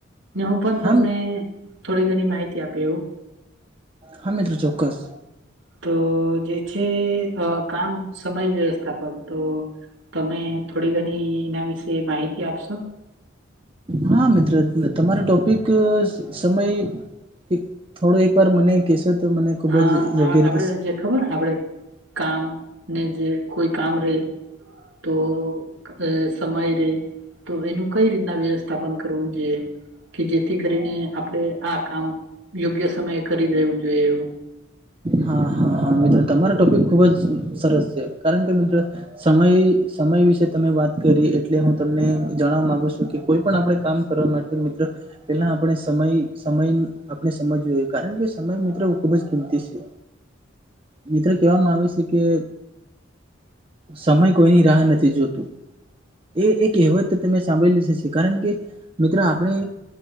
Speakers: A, on the right; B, on the right.
A: હું પણ
B: હા
A: તમને થોડી ઘણી માહિતી આપી હું.
B: હા મિત્ર ચોક્કસ
A: તો જે છે કામ સમય વ્યવસ્થા પણ તો તમે થોડી ઘણી એના વિશે માહિતી આપશો?
B: હા મિત્ર, તમરો ટોપિક સમય ક થોડું એક બાર મને કેશો તો મને ખુબ
A: હા
B: જ
A: આ
B: યોગ્ય
A: આપડે
B: રીતે
A: જે ખબર આપડે કામ ને જે કોઈ કામ રે તો અ સમય રેય, તો એનું કઈ રીતના વ્યવસ્થાપન કરવુ જોઈએ. કે જેથી કરીને આપણેે આ કામ યોગ્ય સમયે કરી દેવુ જોઈએ એવુ.
B: હા હા હા મિત્ર તમારો ટોપિક ખુબ જ સરસ છે, કારણ કે મિત્ર સમય સમય વિશે તમે વાત કરી એટલે હું તમને જણવા માગુ સુ કે કોઈ પણ આપણેે કામ કરવા માટે મિત્ર પેહલા આપણે સમય સમય આપડે સમજોયે કારણ કે, સમય મિત્રો ખુબ જ કિમતી છે. મિત્ર કેવામાં આવે સે કે, સમય કોઈની રાહ નથી જોતું. એ એક કેહેવત ત તમે સાંભલી જ હસે કારણ કે, મિત્ર આપણે,